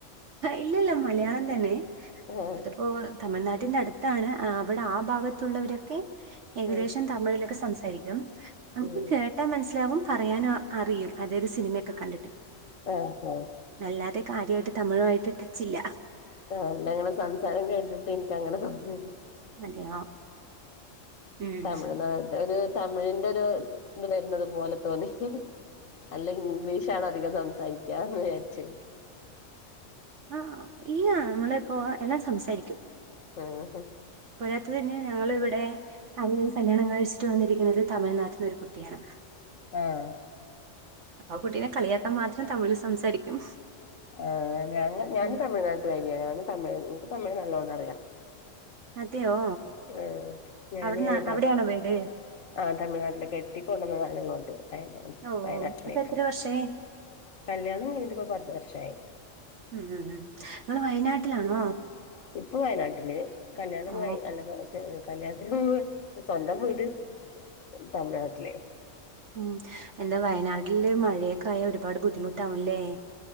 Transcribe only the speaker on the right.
ഇല്ലല്ല മലയാളം തന്നെ
അതിപ്പോ തമിഴ്നാട്ടിന്റെ അടുത്ത് ത്താണ് അവിടെ ആ ഭാഗത്തുള്ളവരൊക്കെ ഏകദേശം
തമിഴിലൊക്കെ സംസാരിക്കും. നമുക്ക്
കേട്ടാൻ മനസ്സിലാവും പറയാനും അറിയും അതായത് സിനിമയൊക്കെ കണ്ടിട്ട്.
അല്ലാതെ കാര്യമായിട്ട് തമിഴുമായിട്ട് ടച്ചില്ല.
അതെയോ ഉം
ആ ഇല്ല നമ്മള് ഇപ്പോ എല്ലാം സംസാരിക്കും.
പോരാത്തതിന് ഞങ്ങൾ ഇവിടെ ആരെങ്കിലും കല്യാണം കഴിച്ചിട്ട് വന്നി ന്നത് തമിഴ്നാട്ടിന്ന് ഒരു കുട്ടിയാണ്.
ആ കുട്ടീനെ കളിയാക്കാൻ മാത്രം തമിഴിൽ സംസാരിക്കും.
ഉം
അതെയോ
അവിടുന്ന്
അവിടെയാണോ വീട്
ഓ
അപ്പൊ എത്ര വർഷായി
ഉം ഉം ഉം നിങ്ങള് വയനാട്ടിലാണോ?
ഓ
ഉം എന്താ വയനാട്ടില്
മഴയൊക്കായ ഒരുപാട് ബുദ്ധിമുട്ടാവുംല്ലേ?